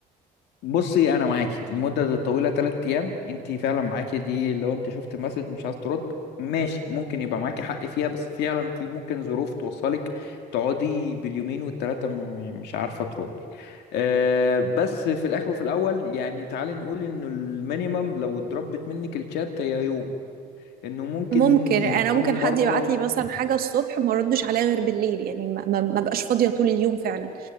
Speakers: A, on the left; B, on the right.
A: بصي انا معاكي المده دي الطويله 3 ايام انت فعلا معاكي دي لو انت شفت المسج مش عايز ترد ماشي ممكن يبقى معاكي حق فيها بس فعلا في ممكن ظروف توصلك تقعدي باليومين والتلاته م- مش عارفه تردي أه بس في الاخر وفي الاول يعني تعالي نقول انه المينيمم لو اتضربت منك الشات هي يوم انه ممكن
B: ممكن
A: يكون
B: انا ممكن حد
A: بره
B: يبعت
A: و...
B: لي مثلا حاجه الصبح ما ردش عليها غير بالليل يعني ما ما ما بقاش فاضيه طول اليوم فعلا